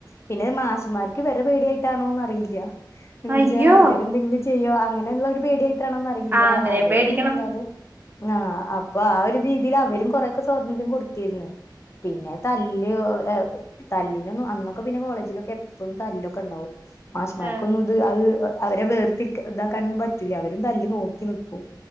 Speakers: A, on the left (about 35°); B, on the right (about 25°).
A: പിന്നെ മാഷുമാർക്ക് ഇവരെ പേടിയായിട്ടാണോന്ന് അറിയില്ല. എന്ന്
B: അയ്യോ
A: വെച്ചാ ഇവരെന്തെങ്കിലും ചെയ്യോ അങ്ങനെയുള്ള ഒരു പേടിയായിട്ടാണോന്ന് അറിയില്ല.
B: ആഹ് അങ്ങനെ
A: അവരും
B: പേടിക്കണം
A: അല്ലാതെ ആഹ് അപ്പൊ ആ ഒരു രീതിയിൽ അവരും കൊറെക്കെ സ്വാതന്ത്ര്യം കൊടുത്തിരിന്ന്. പിന്നെ തല്ല്, ഏഹ് തല്ലിനൊന്നു അന്നൊക്കെ പിന്നെ കോളേജിലൊക്കെ എപ്പോഴും തല്ലൊക്കെ ഉണ്ടാവും. മാശുമാർക്കൊന്നും
B: ആഹ്
A: ഇത് അത് അവരെ വേർത്തി ഇതാക്കാനൊന്നും പറ്റൂല. അവരും തല്ല് നോക്കി നിക്കും.